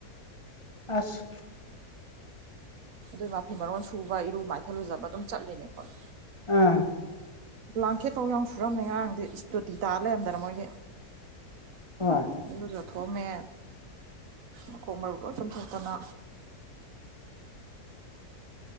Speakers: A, on the left (about 20°); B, on the right (about 60°).
A: ꯑꯁ
B: ꯑꯗꯨꯏ ꯃꯐꯤ ꯃꯔꯣꯟ ꯁꯨꯕ ꯏꯔꯨ ꯃꯥꯏꯊꯜꯂꯨꯖꯕ ꯑꯗꯨꯝ ꯆꯠꯂꯤꯅꯤ ꯑꯈ‌ꯣꯏ
A: ꯑꯥ
B: ꯕ꯭ꯂꯥꯡꯀꯦꯠ ꯐꯧ ꯌꯥꯎꯟ ꯁꯨꯔꯝꯃꯦ ꯉꯔꯥꯡꯗꯤ ꯏꯁꯇꯨꯇꯤ ꯇꯥꯔ ꯂꯩꯔꯝꯗꯅ ꯃꯣꯏꯒꯤ
A: ꯍꯣꯏ
B: ꯏꯔꯨꯖꯕ ꯊꯣꯛꯑꯝꯃꯦ ꯃꯈꯣꯛ ꯃꯔꯨ ꯂꯣꯏ ꯆꯨꯝꯝꯊꯣꯛꯇꯅ
A: <inaudible>